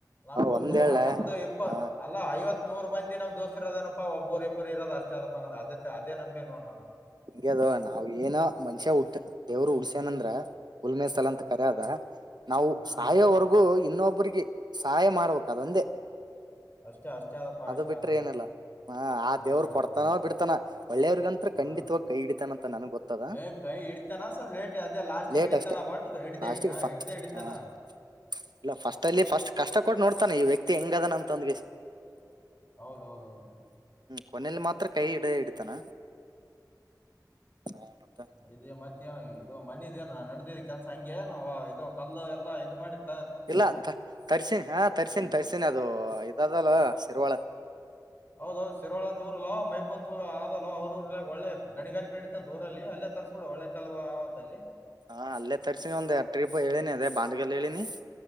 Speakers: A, on the left; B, on the right.
A: ನಮಗು
B: ಒಂದ್
A: ನೂ
B: ಹೇಳ
A: ಹತ್ತು ಇಪ್ಪ
B: ಹ
A: ಅಲ್ಲ ಐವತ್ರು ಮಂದಿ ನಾವ್ ದೋಸ್ತಿರೋನಪ್ಪ ಒಬ್ಬ ಇಬ್ರುರೋದ ಅಷ್ಟ ಅಪ್ಪನ ಮ ಅದೇ ನಂಬೆನು ನಾನು
B: ಹಂಗಗೆ ಅದು ನಾವ್ ಏನ ಮನ್ಷ್ಯ ಉಟ್ಟ ದೇವರು ಉಡ್ಸ್ಯನಂದ್ರ ಒಂದೇ ಸಲ ಅಂತ ಕರ ಅದ ನಾವು
A: ಹಾ
B: ಸಹಾಯೋವರ್ಗೂ ಇನ್ನೊಬ್ರರಿಗೆ ಸಹಾಯ ಮಾಡ್ಬೇಕ ಅದ ಒಂದೇ
A: ಅಷ್ಟೇ ಅಷ್ಟೇ
B: ಹ್ಮ್
A: ಅದಪ್ಪ
B: ಅದು
A: ಅಷ್ಟೇ
B: ಬಿಟ್ರ
A: ಅದ
B: ಏನಿಲ್ಲ ಹ ಆ
A: ಹಾ
B: ದೇವರು
A: ಅಷ್ಟೇ
B: ಕೊಡ್ತಾನ ಬಿಡ್ತಾನ ಒಳ್ಳೆಯವರ್ಗಂತ್ರ
A: ಹಾ
B: ಖಂಡಿತವಾಗಿ ಕೈ ಹಿಡಿತಾನಂತ ನನ್ಗ್ ಗೊತ್ತದ
A: ಏ ಕೈ ಹಿಡಿತಾನ ಸ್ವಲ್ಪ ಲೇಟ್ ಅದೇ ಲಾಸ್ಟಿಗೆ
B: ಲೇಟ್
A: ಹಿಡಿತಾನ
B: ಅಷ್ಟೇ
A: ಒಟ್ಟು ಹಿಡ್ದೆ
B: ಲಾಸ್ಟಿಗ್
A: ಹಾ
B: ಸಾ
A: ಹಿಡ್ದೆ ಹಿಡಿತಾನ
B: ಹು. ಇಲ್ಲ ಫಸ್ಟ್ ಅಲ್ಲಿ ಫಸ್ಟ್ ಕಷ್ಟ ಕೊಟ್ಟು ನೋಡ್ತಾನ ಈ ವ್ಯಕ್ತಿ ಹೆಂಗ ಅದನ ಅಂತಂದ್
A: ಹೌದೌದೌದ.
B: ಕೊನೆಯಲ್ಲಿ ಮಾತ್ರ ಕೈ ಇಡೆ ಇಡಿತಾನ. ಹಾ ಮತ್ತೆ.
A: ಇದೆ ಮತ್ತೇನ್ ಮನಿದ್ ಎನ್ ನಡದಿದ್ ಕೆಲ್ಸ ಹಂಗೆ ಎನ್ ಇದು ಕಲ್ಲಾ ಎಲ್ಲ ಇದು ಮಾಡಿದ್
B: ಇಲ್ಲ ತ ತರ್ಸಿನಿ ಹಾ ತರ್ಸಿನ್ ತರ್ಸಿನ್ ಅದು ಇದದಲ ಸಿರ್ವಳ.
A: ಹೌದೌದ್ ಶಿರ್ವಳ ಅಂತ್ ಊರದಲ್ಲೊ ಮೈಬು ಅಂತುರ್ ಆದಲ್ಲೊ ಅವ್ರ್ ಊರಲ್ಲಿ ಒಳ್ಳಿ ಗಣಿಗಾರಿಕ್. ನಡಿತಂತ್ ಊರಲ್ಲಿ ಅಲ್ಲೆ ತರ್ಸಿಬಿಡು ಒಳ್ಳೆ ಕಲ್ಲವು ಆವಂತಲ್ಲಿ.
B: ಹಾ ಅಲ್ಲೇ ತರ್ಸಿನಿ ಒಂದ್ ಎರಡ್ ಟ್ರಿಪ್ ಹೇಳಿನಿ ಅದೇ ಬಾಂಡಗಲ್ ಹೇಳಿನಿ.